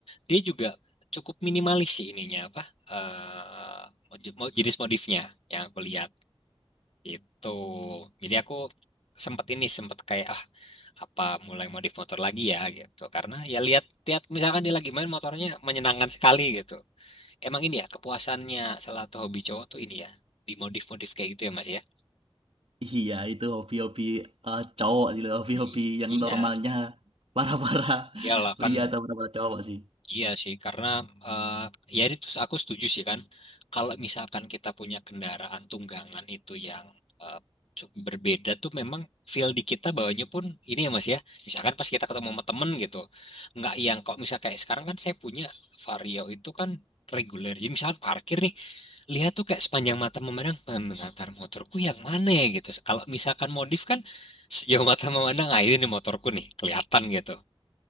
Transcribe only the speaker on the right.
Iya, itu hobi-hobi eh, cowok gitu, hobi-hobi
yang
normalnya para-para <laughs>
pria
atau para-para cowok sih.